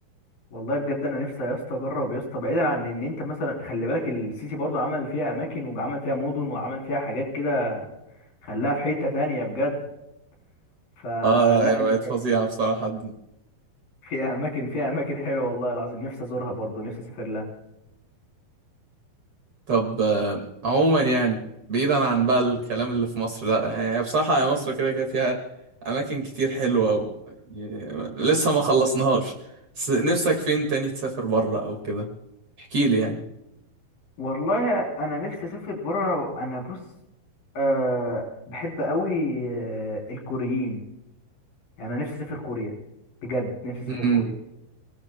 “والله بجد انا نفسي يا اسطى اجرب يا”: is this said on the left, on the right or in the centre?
Left